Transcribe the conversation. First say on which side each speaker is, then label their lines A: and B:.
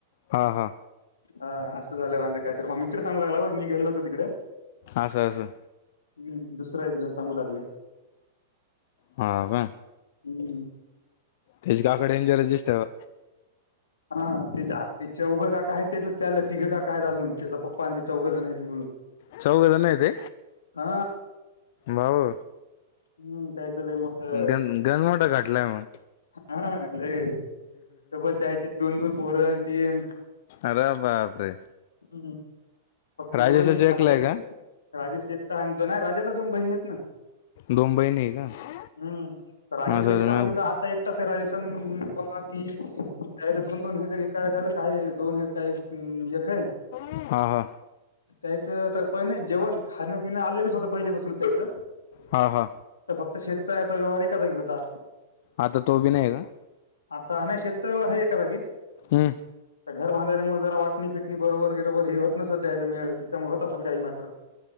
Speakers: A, on the left; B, on the left.
A: हा हा.
B: हा असं झालं वांद काय तर मा मित्र सांगू लागला बर मी गेलो नव्हो तिकडे.
A: असस अससं.
B: हम् दुसरा एकजण सांगू लागलं.
A: हा का.
B: हम्म.
A: तेजे काका डेंजरच दिसत्या बा.
B: हा ते ते चौघ काका आहेत त्या त्याला तिघं काका आहेत अजून त्याचा पप्पा आणि ते चौघजण आहेत मिळून.
A: चौघज हाय ते
B: हा
A: भाऊ.
B: हम्म त्याचं लय मोठं
A: गन गनमोठा खटलाय मग.
B: हा हा. लगे तबल त्यायची दोन दोन पोरण तीन <inaudible> <inaudible>
A: अरे बापरे
B: हम्म फक्त एवढं
A: राजेशच
B: की खात
A: एकला आहे का
B: राजेश एकटा आहे दो राजाला दोन बहिणी आहेत ना <inaudible>
A: दोन बहिणी आहे का
B: हम्म तर राजेश
A: असं
B: एकटा म्हणजे का आता एकटाचं - तर राजस्थान पहा की त्याला दोन दोन आहेत एका काय दोन काय हम्म एक हाय.
A: हा हा
B: त्यायचं आता पहिना जेवण खाण्या पिणं अलगच होतं पहिलेपासून त्याचं
A: हा हा
B: तर फक्त शेतचा याचा व्यवहारकी कदा घीत होता.
A: आता तो बी नाही का?
B: आता नाय शेतचा व्यवहार आहे एका जागीच
A: हम्म
B: आता घर बांधायल्यामुळे जरा वाटणी फिटणी बरोबर गिरोबर हे होत नसल त्याज्यामध्ये त्याच्यामुळ होत असेल काही मॅटर